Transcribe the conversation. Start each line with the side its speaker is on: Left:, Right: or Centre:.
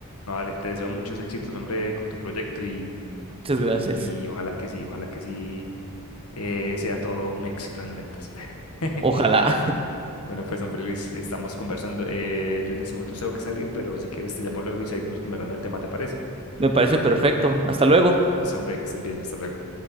Left: No, dale, te deseo muchos éxitos, hombre, con tu proyecto y,
Right: Muchas
Left: y,
Right: gracias.
Left: y ojalá que sí, ojalá que sí, eh, sea todo un éxito en ventas. <laughs>
Right: Ojalá.
Left: Bueno, pues, hombre Luis, estamos conversando. Eh, yo en este momento tengo que salir, pero si quieres te llamo luego y seguimos conversando el tema, ¿te parece?
Right: <laughs> Me parece perfecto. Hasta luego.
Left: Sí, hombre, que estén bien, hasta luego.